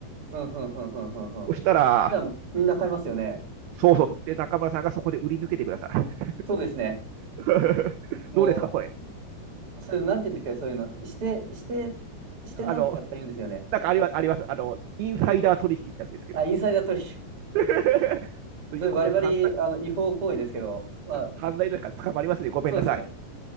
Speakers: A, on the right; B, on the right.
A: ふんふんふんふんふんふん。
B: そしたら、
A: じゃあ、みんな買いますよね。
B: そうそうそう。で、中村さんがそこで売り抜けてください。
A: そうですね。
B: <laughs>
A: も
B: どうですか、これ。
A: う、それ、なんて言うんですか、そういうの。して、して、してなんとかとか言うんですよね。
B: あの、なんかありますあります。あの、インサイダー取引ってやつですけど。
A: あ、インサイダー取
B: <laughs> ということで、
A: それバリバリ、
B: 犯罪、
A: あの、違法行為ですけど、まあ、
B: 犯罪だから捕まりますね。ごめんなさい。
A: そうですね。